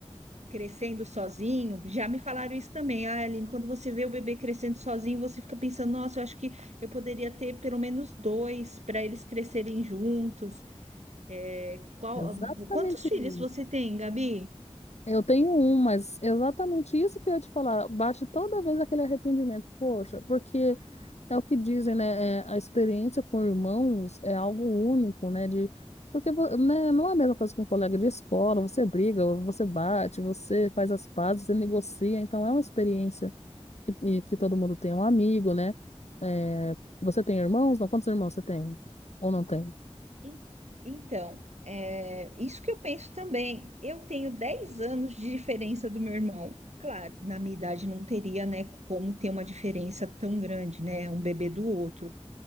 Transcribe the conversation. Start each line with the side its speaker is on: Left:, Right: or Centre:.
Right: crescendo sozinho, já me falaram isso também. Ah, Aline, quando você vê o bebê crescendo sozinho, você fica pensando, nossa, eu acho que eu poderia ter pelo menos dois para eles crescerem juntos. É, qual-
Left: Exatamente
Right: quantos filhos
Left: isso.
Right: você tem, Gabi?
Left: Eu tenho um, mas é exatamente isso que eu ia te falar. Bate toda vez aquele arrependimento. Poxa, porque é o que dizem, né? é, a experiência com irmãos é algo único, né? De, porque, vo- né, não é a mesma coisa que um colega de escola. Você briga, você bate, você faz as pazes, você negocia. Então, é uma experiência que, e que todo mundo tem. Um amigo, né? É, você tem irmãos? Não, quantos irmãos você tem? Ou não tem?
Right: En- Então, é, isso que eu penso também. Eu tenho 10 anos de diferença do meu irmão. Claro, na minha idade não teria, né, como ter uma diferença tão grande, né, um bebê do outro.